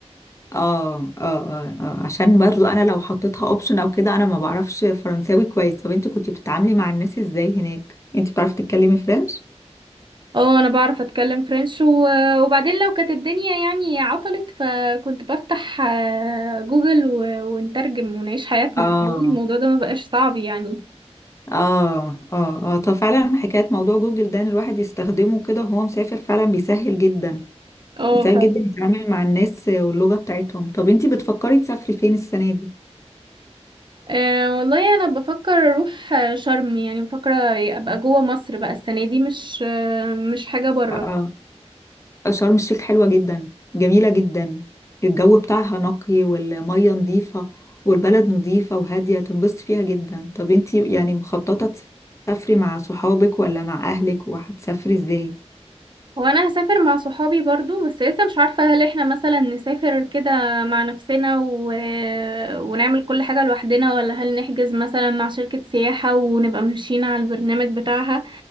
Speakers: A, on the left (about 25°); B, on the right (about 45°).
A: اه اه اه آه. عشان برضو انا لو حطيتها اوبشن او كده انا ما بعرفش فرنساوي كويس طب انت كنت بتتعاملي مع الناس ازاي هناك انت بتعرفي تتكلمي فرنش
B: اه انا بعرف اتكلم فرنش و... وبعدين لو كانت الدنيا يعني عطلت فكنت بفتح آه، جوجل و... ونترجم ونعيش حياتنا
A: اه
B: <laughs> الموضوع ده ما بقاش صعب يعني
A: اه اه اه طب فعلا حكاية موضوع جوجل ده ان الواحد يستخدمه كده وهو مسافر فعلا بيسهل جدا
B: اه
A: بيسهل جدا يتعامل مع الناس واللغة بتاعتهم طب انتي بتفكري تسافري فين السنة دي؟
B: أه والله انا بفكر اروح آه، شرم يعني بفكر ابقى جوه مصر بقى السنه دي مش آه، مش حاجه بره
A: اه شرم الشيخ حلوة جدا جميلة جدا الجو بتاعها نقي والمية نظيفة والبلد نظيفة وهادية تنبسطي فيها جدا طب انتي يعني مخططة تسافري مع صحابك ولا مع اهلك وهتسافري ازاي؟
B: وانا هسافر مع صحابي برضو بس لسه مش عارفة هل احنا مثلا نسافر كده مع نفسنا و... ونعمل كل حاجة لوحدنا ولا هل نحجز مثلا مع شركة سياحة ونبقى ماشيين على البرنامج بتاعها